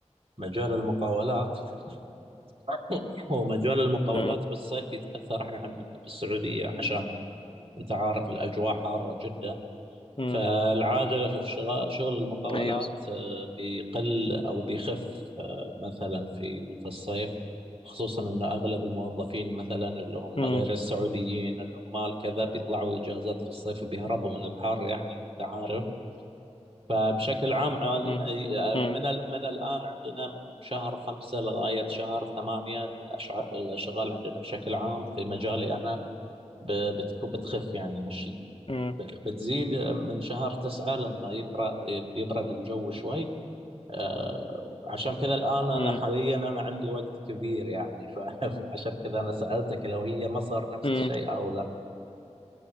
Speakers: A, on the right; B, on the left.
A: مجال المقاولات <laughs> ومجال المقاولات
B: مم.
A: بالصيف يتأثر إحنا عندنا بالسعودية عشان انت عارف الاجواء حاره جدا
B: مم.
A: فالعاده في الشغ- شغل المقاولات
B: أيوه
A: آه، بيقل او بيخف آه، مثلا في في الصيف خصوصا ان اغلب الموظفين مثلا اللي هم
B: مم.
A: غير السعوديين العمال كذا بيطلعوا اجازات في الصيف وبيهربوا من الحر يعني انت عارف فبشكل عام عالي-
B: مم.
A: أي- آه،
B: مم.
A: من ال- من الان عندنا من شهر خمسة لغايه شهر ثمانية الأشع- الاشغال عندنا بشكل عام في مجالي انا ب- بتكو- بتخف يعني مش
B: مم.
A: بتزيد من شهر تسعة لما يبرد يبرد الجو شوي آه، عشان كذا الآن أنا
B: مم.
A: حاليا أنا عندي وقت كبير يعني ف- <laughs> فعشان كذا أنا سألتك لو هي مصر نفس
B: مم.
A: الشيء أو لا